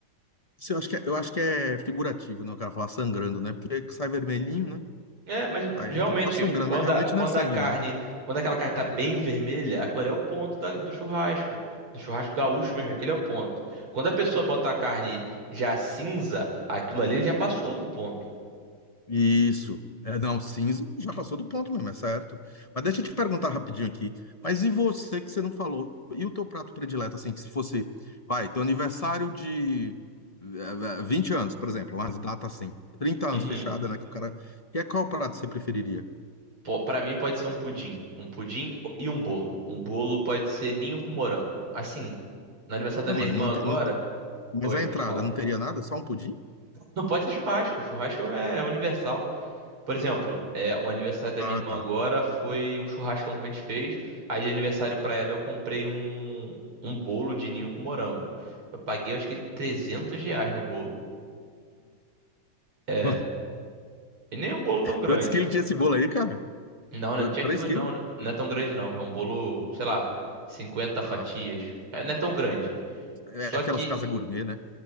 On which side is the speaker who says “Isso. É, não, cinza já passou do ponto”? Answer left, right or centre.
Left